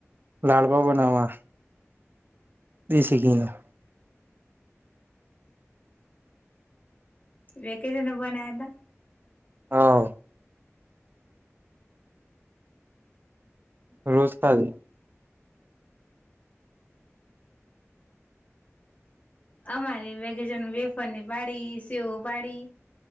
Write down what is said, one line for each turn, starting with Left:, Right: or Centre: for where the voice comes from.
Right: લાડબવ બનાવા. બે શ ક ના
Left: વેકેશન બના્યા હતા.
Right: હા. રોજતા જ
Left: અ મારે વે એ જીની વેફરને પાડી સેવ પાડી.